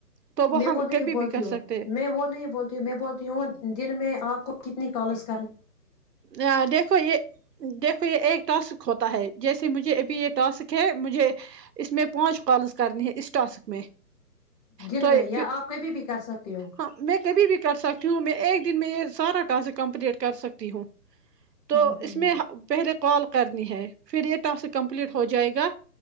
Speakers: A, on the right; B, on the left.
A: تو
B: میں
A: ہم
B: وہ
A: کبھی
B: نہیں بولتی
A: بھی کر
B: ہوں
A: سکتے
B: میں وہ نہیں بولتی ہوں میں بولتی ہوں جن میں آپ کو کتنی کالس
A: ا دیکھو یہ دیکھو یہ ایک ٹاسک ہوتا ہے جیسے مجھے ابھی یہ ٹاسک ہے مجھے اس میں پانچ کالس کرنی ہے اس ٹاسک میں
B: دن
A: تو
B: میں یا
A: پ
B: آپ کبھی بھی کر سکتی ہو
A: ہاں میں کبھی بھی کر سکتی ہوں میں ایک دن میں یہ سارا ٹاسک کمپلیٹ کر سکتی ہوں تو
B: ہوں ہوں
A: اس میں پہلے تو کال کرنی ہے پھر رٹ آپ سے کمپلیٹ ہو جائے گا